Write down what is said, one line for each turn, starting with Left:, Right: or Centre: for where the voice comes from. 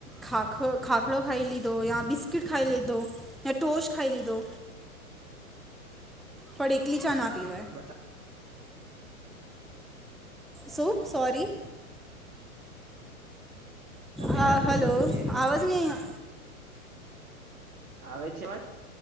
Centre: ખાખ ખાખડો ખાઈ લીધો યા બિસ્કીટ ખાઈ લીધો ટોચ ખાઈ દીધો પણ એકલી ચા ના પી હોય.
Right: અ
Centre: સું સોરી
Right: તમે
Centre: હા
Right: ચા પીવો
Centre: હલો
Right: કોફી
Centre: આવાજ નહી. <inaudible>
Right: આવે છે અવાજ